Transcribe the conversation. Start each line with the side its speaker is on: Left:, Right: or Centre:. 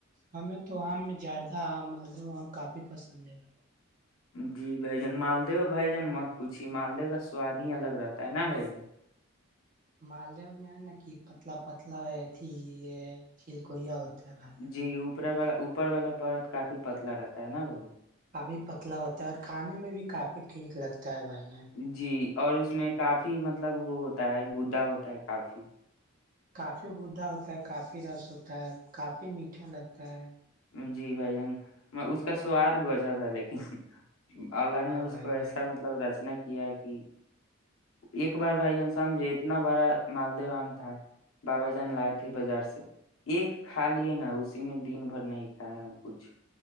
Right: ہمیں تو آم میں زیادہ آم مالدہ آم کافی پسند ہے ب
Left: جی بھجن مالدو بھائیجن مت پوچھیے مالدیو کا سواد ہی الگ رہتا ہے نا بھجن
Right: مالدیو میں ہے نا کہ پتلا پتلا تھی یہ چلکویا ہوتا ہے بھائی جان
Left: جی اوپر والا اوپر والا پت کافی پتلا رہتا ہے نا بھائی
Right: کافی پتلا ہوتا ہے اور کھانے میں بھی کافی ٹھیک لگتا ہے کیا بھائی جن
Left: جی اور اس میں کافی مطلب وہ ہوتا ہے گدا ہوتا ہے کافی
Right: کافی گدا ہوتا ہے کافی رس ہوتا ہے کافی میٹھا لگتا ہے
Left: جی بھائی جان میں اس کا سواد گوچا تھا لیکن اللہ نے
Right: ہاں
Left: اس
Right: بھائی
Left: کو ایسا
Right: جان
Left: مطلب رچنا کیا کہ ایک بار بھائی جان سمجھے اتنا بڑا مالدو آم تھا بابا جان لائے تھے بازار سے ایک کھا لیے نا اسی میں دن بھر نہیں کھائے ہم کچھ